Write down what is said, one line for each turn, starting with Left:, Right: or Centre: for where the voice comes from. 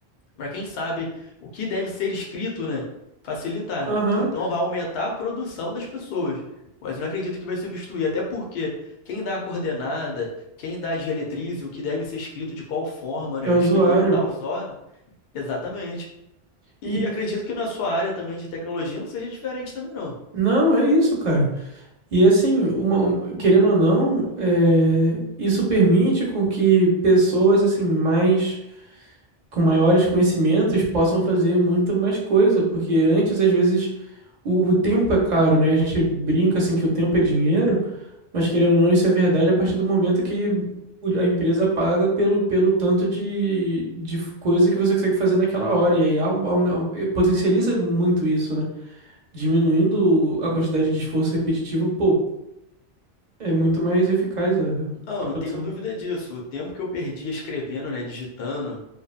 Left: para quem sabe o que deve ser escrito, né? Facilitar.
Right: Aham,
Left: Então vai aumentar a produção das pessoas. Mas eu não acredito que vai substituir, até porque quem dá a coordenada, quem dá a diretriz, e o que deve ser escrito de qual forma, né?
Right: é
Left: Respeitando
Right: usuário.
Left: tais ordens. Exatamente. E
Right: E
Left: acredito
Right: e-
Left: que na sua área também de tecnologia não seja diferente também, não.
Right: não, é isso, cara. E assim, uma- um- querendo ou não, é, isso permite com que pessoas assim mais com maiores conhecimentos possam fazer muito mais coisa, porque antes, às vezes, o, o tempo é caro, né? A gente brinca assim que o tempo é dinheiro, mas querendo ou não, isso é verdade a partir do momento que o- a empresa paga pelo, pelo tanto de, de f- coisa que você consegue fazer naquela hora. E aí au- au- au- eh, potencializa muito isso, né? Diminuindo a quantidade de esforço repetitivo, pô, é muito mais eficaz a,
Left: Não,
Right: a
Left: não
Right: produção.
Left: tenho dúvida disso. O tempo que eu perdi escrevendo, né, digitando,